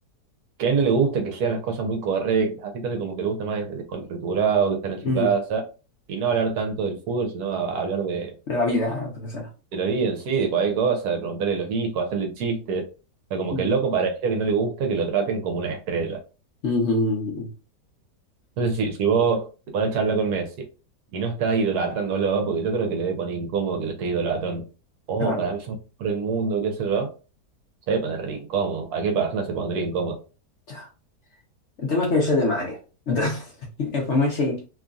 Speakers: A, on the right; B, on the left.
A: que a él no le gusta que sean las cosas muy correctas, así entonces como que le gusta más des- descontracturado, que estar en su
B: mm,
A: casa, y no hablar tanto del fútbol, sino a- a hablar de,
B: De la vida, eh, lo que sea.
A: de la vida en sí, de cualquier cosa, de preguntarle a los hijos, hacerle chistes, o sea, como
B: mm,
A: que el loco parecía que no le gusta que lo traten como una estrella.
B: mm, mm, mm, mm.
A: Entonces, si, si vos te pones a charlar con Messi y no estás idolatrándolo, porque yo creo que le debe poner incómodo que lo estés idolatrando. Oh,
B: Claro,
A: para mí es por el mundo, qué sé yo. Se debe poner re incómodo. Cualquier persona se pondría incómodo.
B: ya. El tema es que yo soy de Madrid. Entonces, <laughs> pues Messi.